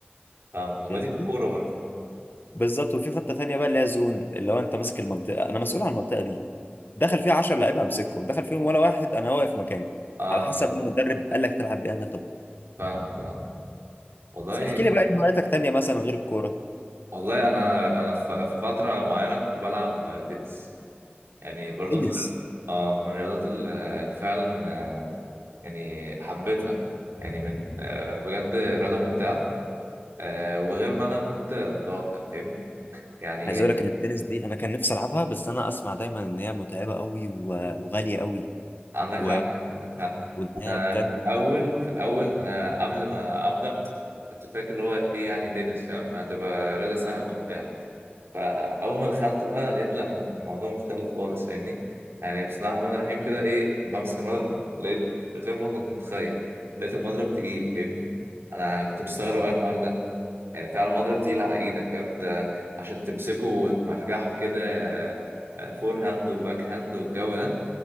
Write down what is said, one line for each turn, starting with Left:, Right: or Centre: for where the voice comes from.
Right: فاهمك ما
Left: فاهمني
Right: دي في الكورة برضه
Left: بالظبط وفي خطه تانيه بقى اللي هي زون اللي هو انت ماسك المنطقه انا مسؤول عن المنطقه دي دخل فيها 10 لعيبه همسكهم دخل فيهم ولا واحد انا واقف مكاني
Right: اه
Left: على حسب
Right: اه
Left: المدرب قال لك تلعب بايه انا هاخد
Right: فاهمك اه والله
Left: بس احكي لي بقى ايه هواياتك تانيه مثلا غير الكوره
Right: والله انا انا ف- في فتره معينه كنت بلعب تنس يعني برضو
Left: تنس
Right: من اه من الرياضات ال- اللي فعلا آه، يعني حبيتها يعني من آه، بجد رياضه ممتعه آه، وغير ما انا كنت متوقع فاهمني يعني
Left: عايز اقول لك ان التنس دي انا كان نفسي العبها بس انا اسمع دايما ان هي متعبه قوي و- وغاليه قوي
Right: عندك
Left: و-
Right: حق عندك حق
Left: وان هي
Right: انا
Left: بجد
Right: في الاول في الاول انا قبل ما ابدا كنت فاكر اللي هو ايه يعني تنس فاهم هتبقى رياضه سهله وبتاع فاول ما دخلت بقى لقيت لا ان الموضوع مختلف خالص فاهمني يعني بسم الله الرحمن الرحيم كده ايه بمسك المضرب لقيت غير ما كنت متخيل لقيت المضرب تقيل فاهمني انا كنت مستغرب قوي الحوار ده يعني فعلا المضرب تقيل على ايدك فاهم انت عشان تمسكه وتمرجحه كده آه، فور هاند وباك هاند والجو ده